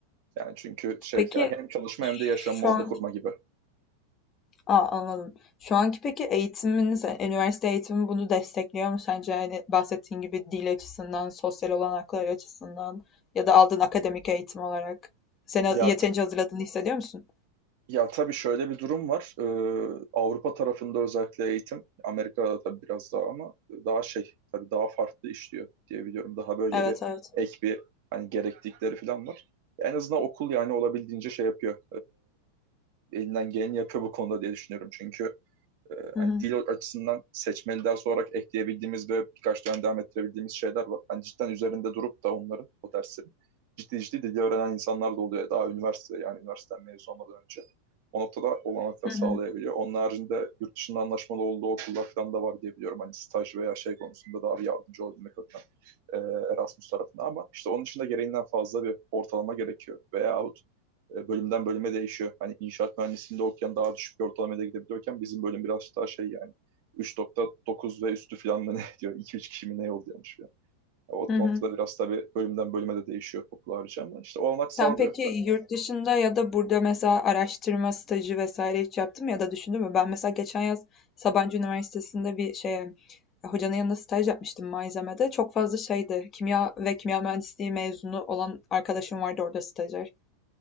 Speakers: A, on the right; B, on the left.
A: Yani çünkü şey
B: Peki
A: ya hem çalışma hem de yaşamı
B: şu
A: orada
B: an
A: kurma gibi.
B: a anladım. Şu anki peki eğitiminiz, e, üniversite eğitimi bunu destekliyor mu sence? Yani bahsettiğin gibi dil açısından, sosyal olanaklar açısından ya da aldığın akademik eğitim olarak seni
A: Ya
B: yeterince hazırladığını hissediyor musun?
A: Ya tabii şöyle bir durum var. Ee, Avrupa tarafında özellikle eğitim, Amerika'da tabii biraz daha ama daha şey, tabii daha farklı işliyor diye biliyorum. Daha böyle
B: Evet,
A: bir
B: evet.
A: ek bir hani gereklilikleri falan var. En azından okul yani olabildiğince şey yapıyor. Ee, elinden geleni yapıyor bu konuda diye düşünüyorum. Çünkü e,
B: Hı
A: hani
B: hı.
A: dil açısından seçmeli ders olarak ekleyebildiğimiz ve birkaç dönem devam ettirebildiğimiz şeyler var. Hani cidden üzerinde durup da onların o derslerin ciddi ciddi dili öğrenen insanlar da oluyor. Daha üniversite yani üniversiteden mezun olmadan önce. O noktada olanaklar
B: Hı
A: sağlayabiliyor.
B: hı.
A: Onun haricinde yurt dışında anlaşmalı olduğu okullar falan da var diye biliyorum. Hani staj veya şey konusunda daha bir yardımcı olabilmek adına e, Erasmus tarafına ama işte onun için de gereğinden fazla bir ortalama gerekiyor. Veyahut e, bölümden bölüme değişiyor. Hani inşaat mühendisliğinde okuyan daha düşük bir ortalamaya gidebiliyorken bizim bölüm biraz daha şey yani 3.9 ve üstü falan mı ne <laughs> diyor. 2-3 kişi mi ne yolluyormuş falan. O
B: Hı hı.
A: noktada biraz tabii bölümden bölüme de değişiyor okul harici ama işte o olanak
B: Sen
A: sağlıyor.
B: peki yurt dışında ya da burada mesela araştırma stajı vesaire hiç yaptın mı ya da düşündün mü? Ben mesela geçen yaz Sabancı Üniversitesi'nde bir şeye hocanın yanında staj yapmıştım malzemede. Çok fazla şeydi. Kimya ve kimya mühendisliği mezunu olan arkadaşım vardı orada stajyer.